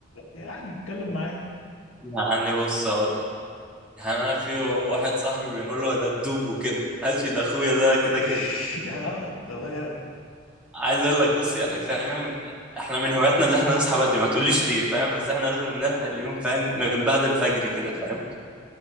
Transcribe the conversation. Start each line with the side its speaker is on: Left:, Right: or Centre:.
Left: يعني اتكلم معايا
Centre: يعني بص هقول يعني انا في واحد صاحبي بنقول له ده بدوب وكده ماشي ده اخويا ده كده
Left: <laughs>
Centre: كده
Left: اه تمام
Centre: عايز اقول لك بص يعني فاهم احنا من هواياتنا اللي احنا نصحى بدري ما تقوليش ليه فاهم بس احنا لازم نلحق اليوم فاهم من بعد الفجر كده فاهم